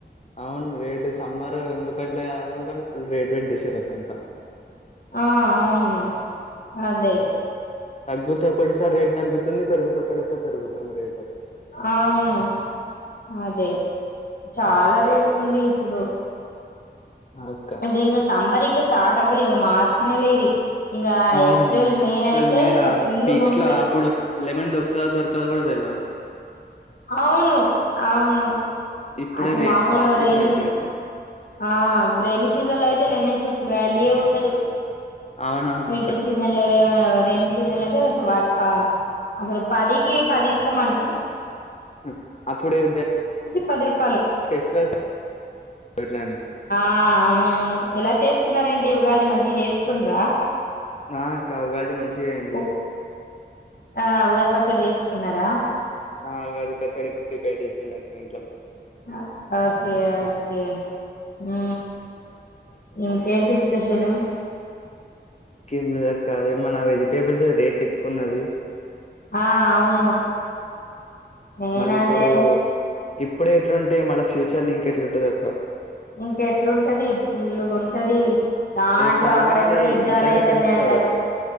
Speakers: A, on the left; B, on the left.
A: అవును రేటు సమ్మర్ ఎందుకట్లే అనో కనీ ఫుల్ రేట్ పెంచేసిరక అంత
B: ఆ అవును అదే
A: తగ్గుతే ఒకటిసారి రేట్ తగ్గుతుంది పెరుగుతే ఒకటిసారి పెరుగుతుంది రేటు
B: అవును అదే చాలా రేట్ ఉంది ఇప్పుడు
A: అక్క
B: ఇప్పుడు ఇంగ సమ్మర్ ఇంగ స్టార్ట్ అవలే ఇగ మార్చి నెల ఇది ఇంగా
A: అవునవును
B: ఏప్రిల్ మే అయితే
A: వాళ్ళు మేలా
B: ఇంగ ఫుల్లుగుంటది
A: పీక్స్ లో అప్పుడు లెమన్ దొరుకుతదో దొరకదో కూడా తెల్వదు
B: అవును అవును
A: ఇప్పుడే
B: అసే
A: రేట్
B: మామూలు
A: కాస్ట్
B: రేని
A: ఎక్కువైపోయింది
B: సి ఆ రెైనీ సీజన్ లో అయితే లెమన్స్ అసలు వాల్యూ ఏ ఉండదు
A: అవునవును
B: వింటర్
A: అక్క
B: సీసన్ లలో ఆ రెైనీ సీజన్ లో అయితే అసలు వాటికి పా అసలు పదికి పది ఇస్తామంటరు
A: హ అప్పుడేం చె
B: పది రూ
A: ఫెస్టివల్స్ పొట్లాని
B: ఆ అవునవును ఎలా చేస్కూ్నారేంటి ఉగాది మంచిగ చేస్కుండ్రా
A: నా అక్క ఉగాది మంచిగా అయింది
B: ఉ ఆ ఉగాది పచ్చడి చేసుకున్నరా
A: ఆ ఉగాది పచ్చడి ప్రిపేర్ చేసిండక్క ఇంట్లకు
B: అ ఓకే ఓకే ఊ ఇంకేంటి స్పెషలు
A: కెంలేదక్కా మన వెజిటేబుల్స్ రేట్ ఎక్కువ ఉన్నది
B: ఆ అవును నేనదే
A: మళ్ళీ ఇప్పుడు ఇప్పుడే ఇట్లుంటే మళ్ళ ఫ్యూచర్ లో ఇంకెట్లుంటదక్క
B: ఇంకెట్లుంటది పుల్లుగా ఉంటది దాంట్లో
A: ఇగ చాలా
B: అక్కడెక్కడో
A: మంది
B: ఇద్దలైతనయంటవి
A: ఇంట్లోనే పెంచుతారు